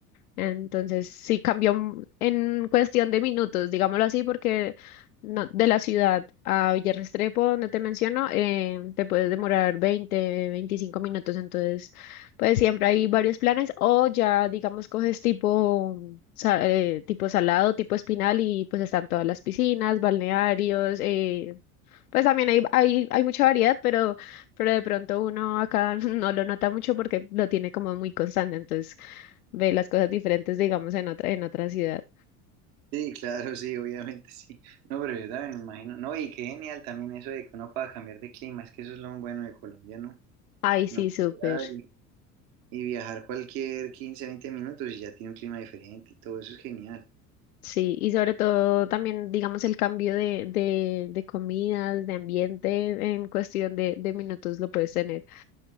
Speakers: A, on the left; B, on the right.
A: Entonces sí cambió un- en cuestión de minutos, digámoslo así, porque no- de la ciudad a Villarrestrepo, donde te menciono, eh, te puedes demorar 20 25 minutos, entonces pues siempre hay varios planes o ya digamos coges tipo mm, sa- eh, tipo salado, tipo espinal y pues están todas las piscinas, balnearios, eh, pues también hay, hay, hay mucha variedad, pero, pero de pronto uno acá <laughs> no lo nota mucho porque lo tiene como muy constante, entonces ve las cosas diferentes, digamos, en otra, en otra ciudad.
B: sí, claro, sí, obviamente sí. No, pero yo también me imagino. No, y qué genial también eso de que uno pueda cambiar de clima, es que eso es lo bueno de Colombia, ¿no?
A: Ay,
B: Que
A: sí,
B: uno puede
A: súper.
B: llegar y y viajar cualquier 15, 20 minutos y ya tiene un clima diferente y todo eso es genial.
A: Sí, y sobre todo también, digamos, el cambio de, de, de comidas, de ambiente, en cuestión de, de minutos lo puedes tener.